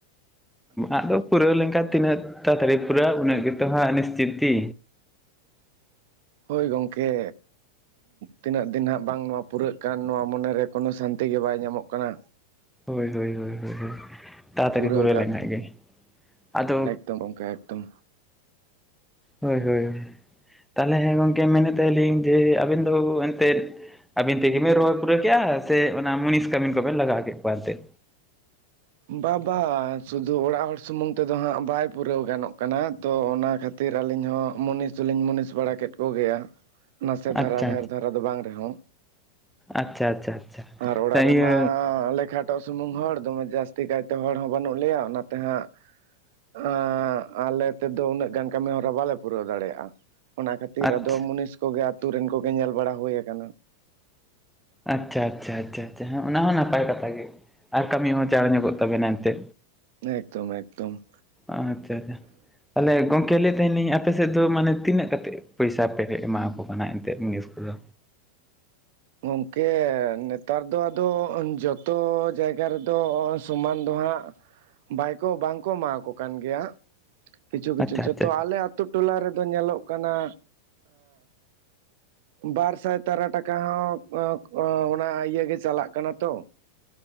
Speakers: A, in the centre; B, on the right.
A: ᱟᱜᱫᱚ ᱯᱩᱨᱟᱹᱣ ᱞᱮᱱᱠᱷᱟᱡ ᱛᱤᱱᱟᱹᱜ ᱛᱟᱲᱟᱛᱟᱲᱤ ᱯᱩᱨᱟᱹᱜ ᱩᱱᱟᱹᱜ ᱜᱮᱛᱚ ᱦᱟᱸᱜ ᱱᱤᱥᱪᱤᱛᱤ
B: ᱦᱳᱭ ᱜᱚᱢᱠᱮ ᱛᱤᱱᱟᱹᱜ ᱫᱤᱱ ᱦᱟᱸᱜ ᱵᱟᱝ ᱱᱚᱣᱟ ᱯᱩᱨᱟᱹᱜ ᱠᱟᱱ ᱱᱚᱣᱟ ᱢᱚᱱᱮᱨᱮ ᱠᱳᱱᱳ ᱥᱟᱱᱛᱤ ᱜᱮ ᱵᱟᱭ ᱧᱟᱢᱚᱜ ᱠᱟᱱᱟ
A: ᱦᱳᱭ ᱦᱳᱭ ᱦᱳᱭ ᱦᱳᱭ ᱦᱳᱭ ᱛᱟᱲᱟ ᱛᱟᱹᱨᱤ
B: ᱯᱩᱨᱟᱹᱣ
A: ᱵᱩᱨᱚᱭ ᱞᱮᱠᱷᱟᱭ ᱜᱮ ᱟᱫᱚ
B: ᱫᱚᱢ ᱚᱱᱠᱟ ᱮᱠᱫᱚᱢ
A: ᱦᱳᱭ ᱦᱳᱭ ᱛᱟᱦᱚᱞᱮ ᱜᱚᱝᱠᱮ ᱢᱮᱱᱮᱫ ᱛᱟᱦᱮᱞᱤᱧ ᱡᱮ ᱟᱹᱵᱮᱱ ᱫᱚ ᱮᱱᱛᱮᱫ- ᱟᱹᱵᱤᱱ ᱛᱮᱜᱮ ᱵᱤᱱ ᱨᱚᱦᱚᱭ ᱯᱩᱨᱟᱹ ᱠᱮᱼᱟ ᱥᱮ ᱚᱱᱟ ᱢᱩᱱᱤᱥ ᱠᱟᱹᱢᱤᱱ ᱠᱚᱵᱮᱱ ᱞᱟᱜᱟᱣ ᱠᱮᱫ ᱠᱚᱣᱟ ᱮᱱᱛᱮᱫ
B: ᱵᱟᱵᱟ ᱥᱩᱫᱩ ᱚᱲᱟᱜ ᱦᱚᱲ ᱥᱩᱢᱩᱝ ᱛᱮᱫᱚ ᱦᱟᱸᱜ ᱵᱟᱭ ᱯᱩᱨᱟᱹᱣ ᱜᱟᱱᱚᱜ ᱠᱟᱱᱟ ᱛᱚ ᱚᱱᱟ ᱠᱷᱟᱹᱛᱤᱨ ᱠᱷᱟᱹᱛᱤᱨ ᱟᱹᱞᱤᱧ ᱦᱚᱸ ᱢᱩᱱᱤᱥ ᱫᱚᱞᱤᱧ ᱢᱩᱱᱤᱥ ᱵᱟᱲᱟ ᱠᱮᱫ ᱠᱚᱜᱮᱭᱟ ᱱᱟᱥᱮ ᱫᱷᱟᱨᱟ
A: ᱟᱪᱪᱷᱟ
B: ᱰᱷᱮᱨ ᱫᱷᱟᱨᱟ ᱫᱚ ᱵᱟᱝ ᱨᱮᱦᱚᱸ
A: ᱟᱪᱪᱷᱟ ᱟᱪᱪᱷᱟ ᱟᱪᱪᱷᱟ
B: ᱟᱨ ᱚᱲᱟᱜ ᱨᱮᱢᱟ
A: ᱤᱭᱟᱹ
B: ᱟᱞᱮ ᱠᱷᱟᱴᱚᱜ ᱥᱩᱢᱩᱝ ᱦᱚᱲ ᱫᱚᱢᱮ ᱡᱟᱹᱥᱛᱤ ᱪᱮᱠᱟᱭᱛᱮ ᱦᱚᱲ ᱦᱚᱸ ᱵᱟᱹᱱᱩᱜ ᱞᱮᱭᱟ ᱚᱱᱟᱛᱮ ᱦᱟᱸᱜ ᱟᱸᱻ ᱟᱞᱮ ᱛᱮᱫᱚ ᱩᱱᱟᱹᱜ ᱜᱟᱱ ᱠᱟᱹᱢᱤ ᱦᱚᱨᱟ ᱵᱟᱞᱮ ᱯᱩᱨᱟᱹᱣ ᱫᱟᱲᱮᱭᱟᱜᱼᱟ ᱚᱱᱟ ᱠᱷᱟᱹᱛᱤᱨ
A: ᱟᱪᱪᱷᱟ
B: ᱟᱫᱚ ᱢᱩᱱᱤᱥ ᱠᱚᱜᱮ ᱟᱛᱩ ᱨᱮᱱ ᱠᱚᱜᱮ ᱧᱮᱞ ᱵᱟᱲᱟ ᱦᱩᱭ ᱟᱠᱟᱱᱟ
A: ᱟᱪᱪᱷᱟ ᱟᱪᱪᱷᱟ ᱟᱪᱪᱷᱟ ᱚᱱᱟ ᱦᱚᱸ ᱱᱟᱯᱟᱭ ᱠᱟᱛᱷᱟ ᱜᱮ ᱟᱨ ᱠᱟᱹᱢᱤ ᱦᱚᱸ ᱪᱟᱲᱮᱸ ᱧᱚᱜᱚᱺ ᱛᱟᱵᱮᱱᱟ ᱮᱱᱛᱮ
B: ᱮᱠᱫᱚᱢ ᱮᱠᱫᱚᱢ
A: ᱟᱪᱪᱷᱟ ᱟᱪᱪᱷᱟ ᱛᱟᱦᱚᱞᱮ ᱜᱚᱝᱠᱮ ᱞᱟᱹᱭᱮᱫ ᱛᱟᱦᱮᱱᱟᱹᱧ ᱟᱯᱮ ᱥᱮᱫ ᱫᱚ ᱢᱟᱱᱮ ᱛᱤᱱᱟᱹᱜ ᱠᱟᱛᱮᱫ ᱯᱚᱭᱥᱟ ᱯᱮ ᱮᱢᱟᱠᱚ ᱠᱟᱱᱟ ᱮᱱᱛᱮᱫ ᱡᱤᱱᱤᱥ ᱠᱚᱫᱚ
B: ᱜᱚᱢᱠᱮ ᱱᱮᱛᱟᱨ ᱫᱚ ᱟᱫᱚ ᱡᱚᱛᱚ ᱡᱟᱭᱜᱟ ᱨᱮᱫᱚ ᱥᱚᱢᱟᱱ ᱫᱚ ᱦᱟᱸᱜ ᱵᱟᱭᱠᱚ ᱵᱟᱝᱠᱚ ᱮᱢᱟᱠᱚ ᱠᱟᱱ ᱜᱮᱭᱟ, ᱠᱤᱪᱷᱩ ᱠᱤᱪᱷᱩ
A: ᱟᱪᱪᱷᱟ
B: ᱡᱚᱛᱚ
A: ᱟᱪᱪᱷᱟ
B: ᱟᱞᱮ ᱟᱹᱛᱩ ᱴᱚᱞᱟ ᱨᱮᱫᱚ ᱧᱮᱞᱚᱜ ᱠᱟᱱᱟ ᱵᱟᱨ ᱥᱟᱭ ᱛᱟᱨᱟ ᱴᱟᱠᱟ ᱚᱱᱟ ᱦᱚᱸ ᱜᱮ ᱪᱟᱞᱟᱜ ᱠᱟᱱᱟ ᱛᱚ,